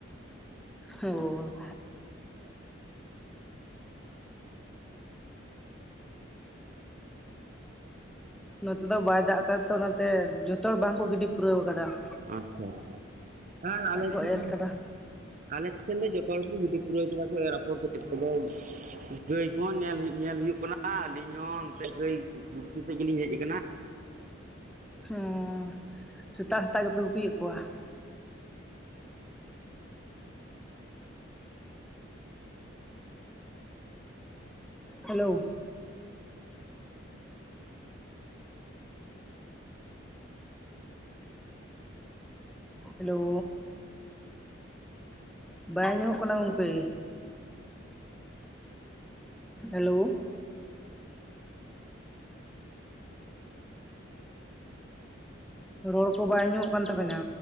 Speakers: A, in the centre; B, on the right.
A: ᱚ ᱱᱚᱛᱮ ᱫᱚ ᱵᱟᱭ ᱫᱟᱜ ᱟᱠᱟᱫᱟ ᱛᱚ ᱱᱚᱛᱮ ᱡᱷᱚᱛᱚ ᱦᱚᱲ ᱵᱟᱝ ᱠᱚ ᱜᱤᱰᱤ ᱯᱩᱨᱟᱹᱣ ᱠᱟᱫᱟ ᱾
B: ᱟᱪᱪᱷᱟ ᱟᱪᱪᱷᱟ ᱦᱮᱸ ᱟᱞᱮ
A: ᱵᱟᱠᱚ
B: ᱥᱮᱱ
A: ᱮᱨ ᱟᱠᱟᱫᱟ
B: ᱟᱞᱮ ᱥᱮᱱ ᱫᱚ ᱡᱚᱛᱚ ᱦᱚᱲ ᱜᱮ ᱠᱚ ᱜᱤᱰᱤ ᱯᱩᱨᱟᱹᱣ ᱠᱮᱫᱟ ᱠᱚ ᱮᱨ ᱟᱯᱷᱚᱨ <inaudible> ᱜᱟᱹᱭ ᱠᱚᱦᱚᱸ ᱱᱮᱞ-ᱧᱮᱞ ᱦᱩᱭᱩᱜ ᱠᱟᱱᱟ ᱟᱹᱞᱤᱧ ᱦᱚᱸ ᱱᱚᱱᱛᱮ ᱜᱟᱹᱭ ᱰᱩᱯᱠᱟᱹ ᱥᱮᱫ ᱜᱮᱞᱤᱧ ᱦᱮᱡ ᱟᱠᱟᱱᱟ
A: ᱦᱮᱸ ᱥᱮᱛᱟᱜ ᱥᱮᱛᱟᱜ ᱜᱮᱯᱮ ᱜᱩᱯᱤᱭᱮᱫ ᱠᱚᱣᱟ? ᱦᱮᱞᱳ ᱦᱮᱞᱳ ᱵᱟᱭ ᱟᱡᱚᱢᱚᱜ ᱠᱟᱱᱟ ᱜᱚᱢᱠᱮ ᱦᱮᱞᱳ ᱨᱚᱲ ᱠᱚ ᱵᱟᱭ ᱟᱡᱚᱢᱚᱜ ᱠᱟᱱ ᱛᱟᱵᱮᱱᱟ